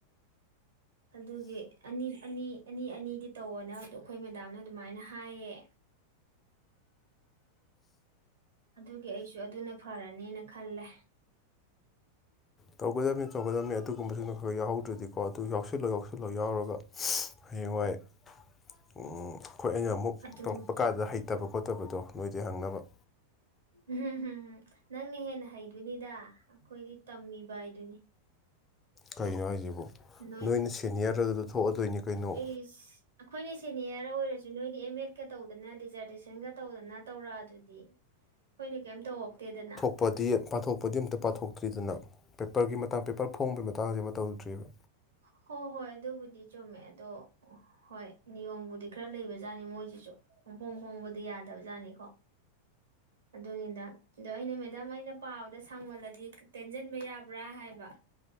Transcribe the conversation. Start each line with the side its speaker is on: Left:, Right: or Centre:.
Right: ꯑꯗꯨꯒꯤ ꯑꯅꯤ ꯑꯅꯤ ꯑꯅꯤ ꯑꯅꯤꯗꯤ ꯇꯧꯑꯣꯅꯦ ꯑꯗꯨ ꯑꯩꯈꯣꯏ ꯃꯦꯗꯥꯝꯅ ꯑꯗꯨꯃꯥꯏꯅ ꯍꯥꯏꯌꯦ ꯑꯗꯨꯒꯤ ꯑꯩꯁꯨ ꯑꯗꯨꯅ ꯐꯔꯅꯤꯅ ꯈꯜꯂꯦ
Left: ꯇꯧꯒꯗꯕꯅꯤ ꯇꯧꯒꯗꯕꯅꯤ ꯑꯗꯨꯒꯨꯝꯕꯁꯤꯡꯗꯣ ꯈꯔ ꯈꯔ ꯌꯥꯎꯍꯧꯗ꯭ꯔꯗꯤꯀꯣ ꯑꯗꯨ ꯌꯥꯎꯁꯤꯜꯂꯣ ꯌꯥꯎꯁꯤꯜꯂꯣ ꯌꯥꯎꯔꯒ ꯍꯌꯦꯡꯋꯥꯏ
Right: <unintelligible>
Left: ꯑꯩꯈꯣꯏ ꯑꯩꯅ ꯑꯃꯨꯛ
Right: ꯑꯗꯨꯅ
Left: ꯇꯧꯔꯛꯄ ꯀꯥꯟꯗ ꯍꯩꯇꯕ ꯈꯣꯠꯇꯕꯗꯣ ꯅꯣꯏꯗꯩ ꯍꯪꯅꯕ
Right: ꯎꯝ ꯍꯝ ꯅꯪꯅ ꯍꯦꯟꯅ ꯍꯩꯗꯣꯏꯅꯤꯗ ꯑꯩꯈꯣꯏꯗꯤ ꯇꯝꯃꯤꯕ ꯍꯥꯏꯗꯨꯅꯤ
Left: ꯀꯩꯅꯣ ꯍꯥꯏꯁꯤꯕꯨ
Right: ꯅꯣꯏ
Left: ꯅꯣꯏꯅ ꯁꯦꯅꯤꯌꯔ ꯑꯗꯨꯗ ꯊꯣꯛꯑꯗꯣꯏꯅꯤ ꯀꯩꯅꯣ
Right: ꯏꯁ <unintelligible> ꯑꯩꯈꯣꯏꯅ ꯁꯦꯅꯤꯌꯔ ꯑꯣꯏꯔꯁꯨ ꯅꯣꯏꯗꯤ ꯑꯦꯝ ꯑꯦꯗꯀ ꯇꯧꯗꯅ ꯗꯤꯖꯔꯇꯦꯁꯟꯒ ꯇꯧꯗꯅ ꯇꯧꯔꯛ ꯑꯗꯨꯗꯤ ꯑꯩꯈꯣꯏꯅ ꯀꯩꯝ ꯇꯧꯔꯛꯇꯦꯗꯅ
Left: ꯄꯗꯤ ꯄꯥꯊꯣꯛꯄꯗꯤ ꯑꯝꯇ ꯄꯥꯊꯣꯛꯇ꯭ꯔꯤꯗꯅ ꯄꯦꯄꯔꯒꯤ ꯃꯇꯥꯡ ꯄꯦꯄꯔ ꯐꯣꯡꯕꯒꯤ ꯃꯇꯥꯡꯁꯦ ꯑꯃ ꯇꯧꯗ꯭ꯔꯤꯌꯦꯕ
Right: ꯍꯣ ꯍꯣꯏ ꯑꯗꯨꯕꯨꯗꯤ ꯆꯨꯝꯃꯦ ꯑꯗꯣ ꯍꯣꯏ ꯅꯤꯌꯣꯝꯕꯨꯗꯤ ꯈꯔ ꯂꯩꯕꯖꯥꯠꯅꯤ ꯃꯣꯏꯁꯤꯁꯨ ꯄꯨꯡꯐꯣꯡ ꯐꯣꯡꯕꯗꯤ ꯌꯥꯗꯕꯖꯥꯠꯅꯤꯀꯣ ꯑꯗꯨꯅꯤꯗ ꯑꯗꯣ ꯑꯩꯅ ꯃꯦꯗꯥꯝ ꯑꯩꯅ ꯄꯥꯕꯗ ꯁꯥꯡꯃꯜꯂꯗꯤ ꯇꯦꯟꯁꯤꯟꯕ ꯌꯥꯕ꯭ꯔꯥ ꯍꯥꯏꯕ